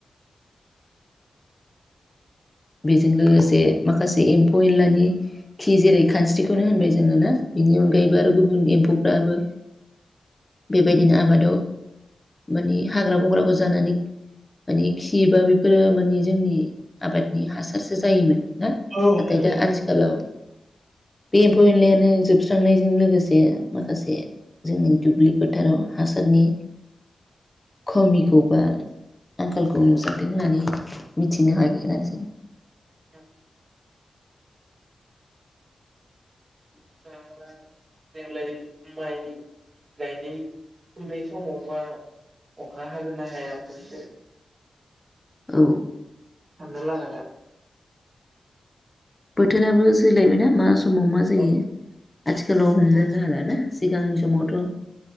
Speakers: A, on the left; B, on the right.
A: बेजों लोगोसे माखासे एम्फौ एनलानि खि जेरै खानस्रिखौनो होनबाय जोङो ना बेनि अनगायैबो आरो गुबुन एम्फौफ्राबो बेबायदिनो आबादाव माने हाग्रा बंग्राखौ जानानै माने खि बा बेफोरो माने जोंनि आबाद। नि हासारसो जायोमोन।
B: औ आसार
A: दा
B: जायोमोन।
A: आथिखालाव बे एम्फौ एनलायानो जोबस्रांनायजों लोगोसे माखासे जोंनि दुब्लि फोथाराव हासारनि खमिखौ बा आंखालखौ नुजाथों होननानै मिथिनो हागोन आरो जों
B: ओं दा देग्लाय माइ गायनाय फुनाय समावबा अखा हागोन ना हायाखोसो?
A: औ।
B: साननो लागा दा
A: बोथोराबो सोलायबाय ना मा सम समाव मा जायो
B: औ
A: आथिखालाव हमनो
B: औ
A: नो हालाना सिगां समावथ'।